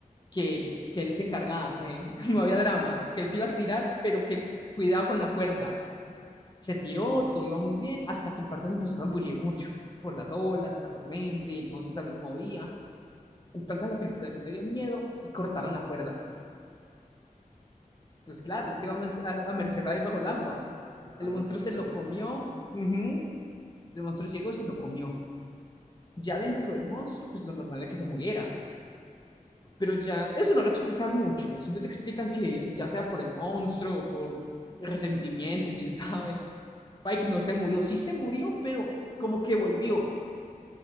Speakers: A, on the left; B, on the right.
A: que, que él se encargaba, que <laughs> no había drama, que él se iba a tirar, pero que cuidado con la cuerda. Se tiró, todo iba muy bien, hasta que el barco se empezó a embullir mucho por las olas y la tormenta y el monstruo también se movía. Entonces a la tripulación le dio miedo y cortaron la cuerda. Entonces, claro,
B: <laughs>
A: él
B: Me
A: quedó más a, a merced ahí bajo el agua.
B: dejaron
A: El monstruo
B: morir
A: se
B: básicamente.
A: lo comió, ujú, El monstruo llegó, y se lo comió. Ya dentro del monstruo, pues lo normal era que se muriera. Pero ya, eso no lo explican mucho. siempre te explican que ya sea por el monstruo o por resentimiento, quién <laughs> sabe. Pike no se murió. Sí se murió, pero como que volvió.